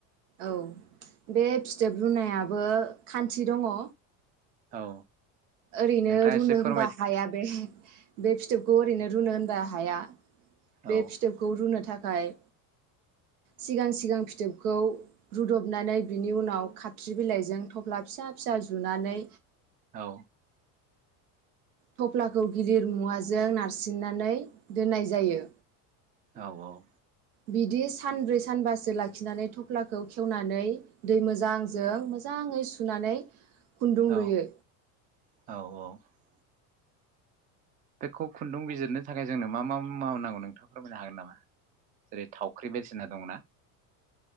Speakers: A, on the right; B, on the right.
A: औ बे फिथोब रुनायाबो खान्थि दङ।
B: औ
A: ओरैनो
B: नोंथाङा
A: रुनो
B: एसे
A: होमबा
B: फोरमाय
A: हाया बे बे फिथोबखौ ओरैनो रुनो होनबा हाया। बे
B: औ
A: फिथोबखौ रुनो थाखा य सिगां सिगां फिथोबखौ रुदबनानै बिनि उनाव खा फख्रि बिलाइजों थफ्ला फि फिसा फिसा जुनानै
B: औ
A: थफ्लाखौ गिदिर मुवाजों नारसिननानै दोननाय जायो।
B: औ औ
A: बिदि सानब्रै सानबासो लाखिनानै थफ्लाखौ खेवनानै दै मोजांजों मोजाङै सुनानै
B: औ
A: खुन्दुं लुयो।
B: औ औ बेखौ खुन्दुं बिजिरनो थाखाय जोंनो मा मा मुवा नांगौ नोंथां फोरमायनो हागोन नामा जेरै थावख्रि बायदिसिना दंना